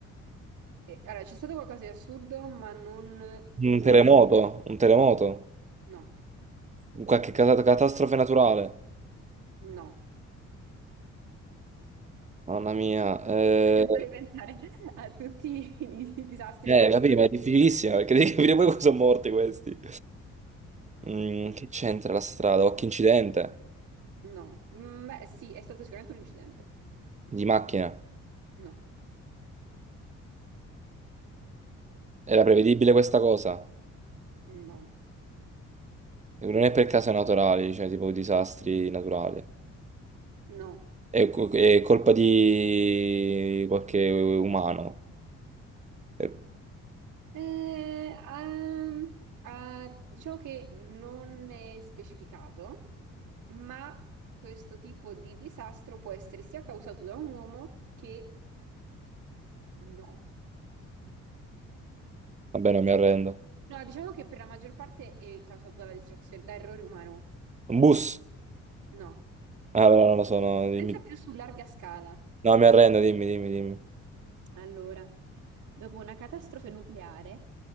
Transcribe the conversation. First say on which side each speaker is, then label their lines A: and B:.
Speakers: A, on the right (about 75°); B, on the right (about 25°).
A: E, allora, c'è stato qualcosa di assurdo, ma non tipo
B: Un terremoto,
A: 11...
B: un terremoto,
A: No,
B: un qualche cata- catastrofe naturale.
A: no.
B: Mamma mia. Eh,
A: <laughs> Penso di pensare a tutti i di- disastri
B: eh,
A: che possono...
B: capì, ma è difficilissima perché devi capire poi cosa sono morti questi. Mm, che c'entra la strada? Qualche incidente
A: No, Mm, beh sì, è stato sicuramente un incidente.
B: di macchina.
A: No,
B: Era prevedibile questa cosa?
A: no,
B: Non è per casi naturali, cioè tipo disastri naturali.
A: no.
B: È, co- è colpa di qualche umano. Eh,
A: Eh, ehm, eh, diciamo che non è specificato, ma questo tipo di disastro può essere sia causato da un uomo che no.
B: Vabbè, non mi arrendo.
A: No, diciamo che per la maggior parte è causato dalla distrazione, da errore umano.
B: Un bus?
A: No.
B: Ah, no, non lo so, no, dimmi.
A: Pensa più su larga scala.
B: No, mi arrendo, dimmi, dimmi, dimmi.
A: Allora, dopo una catastrofe nucleare,